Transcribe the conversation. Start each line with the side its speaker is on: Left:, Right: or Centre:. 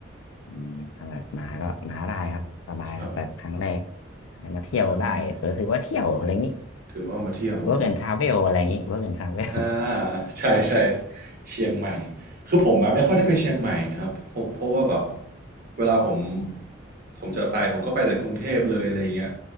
Left: อืมถ้าแบบมาก็มาได้ครับสบายครับแบบครั้งแรก
Right: ครับ
Left: มาเที่ยวได้เออถือว่าเที่ยวอะไรอย่างงี้
Right: ครั้งแรกถือว่ามาเที่ยวเนอะ
Left: work and travel อะไรอย่างงี้ work and travel
Right: อ่าใช่ใช่เชียงใหม่คือผมมาไม่ค่อยได้ไปเชียงใหม่ครับผมเพราะว่าแบบ
Left: <laughs> อม
Right: เวลาผมผมจะไปผมก็ไปแต่กรุงเทพเลยอะไรอย่างเงี้ย